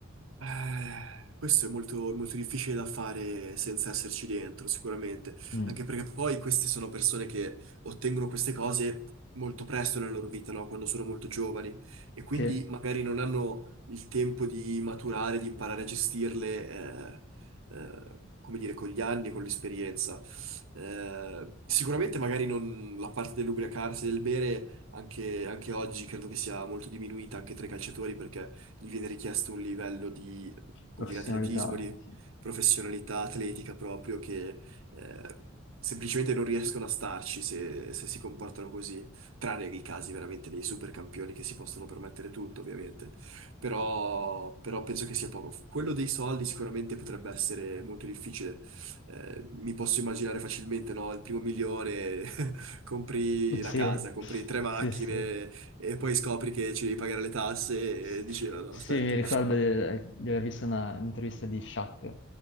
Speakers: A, on the right; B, on the left.
A: Eh, questo è molto, molto difficile da fare senza esserci dentro, sicuramente,
B: Mm.
A: anche perché poi queste sono persone che ottengono queste cose molto presto nella loro vita, no? Quando sono molto giovani e quindi
B: Sì,
A: magari non hanno il tempo di maturare, di imparare a gestirle, eh, eh, come dire, con gli anni, con l'esperienza. Eh, sicuramente magari non la parte dell'ubriacarsi, del bere, anche, anche oggi credo che sia molto diminuita anche tra i calciatori perché gli viene richiesto un livello di,
B: professionalità.
A: come dire, atletismo, di
B: Sì,
A: professionalità atletica proprio che eh, semplicemente non riescono a starci se, se si comportano così, tranne i casi veramente dei super campioni che si possono permettere tutto, ovviamente. Però, però penso che sia poco. Quello dei soldi sicuramente potrebbe essere molto difficile. Eh, mi posso immaginare facilmente, no? Il primo milione <laughs> compri
B: <laughs> sì,
A: la casa, compri tre macchine
B: sì. sì.
A: e poi scopri che ci devi pagare le tasse
B: S-
A: e dici no, no,
B: Sì,
A: aspetta.
B: mi ricordo del- di aver visto una intervista di Shaq,